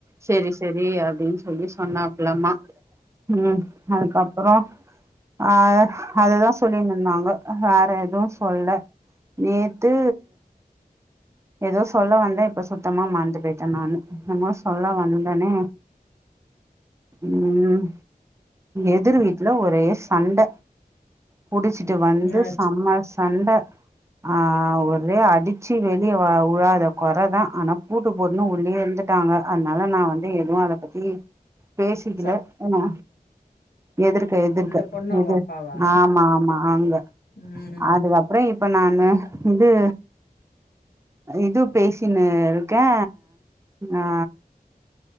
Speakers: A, on the right (about 20°); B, on the left (about 80°).
A: சேரி சேரி அப்டின்னு சொல்லி சொன்னாப்புள்ளமா ம் அதுக்கபுறோ அ அதுதா சொல்லி தந்தாங்க வேற எதுவு சொல்ல நேத்து ஏதோ சொல்ல வந்தே இப்ப சுத்தமா மறந்து போயிட்டே நானு என்னமோ சொல்ல வந்தனே உம் எதிர்வீட் ல ஒரே சண்ட குடிச்சிட்டு வந்து
B: என்னாச்சு
A: செம சண்ட அ ஒரே அடிச்சு வெளியே உழாத கொறதா ஆனா பூட்டு போட்டுன்னு உள்ளேயே இருந்துட்டாங்க அதனால நா வந்து எதுவு அதப் பத்தி பேசிக்கல
B: ச
A: என்ன எதிர்க எதிர்க்க
B: அந்த பொண்ணு
A: எது
B: உங்க அப்பாவா
A: ஆமா ஆமா அங்க
B: ம்
A: அதுக்கப்புறோ இ இப்ப நானு இது இது பேசினுருக்கே அ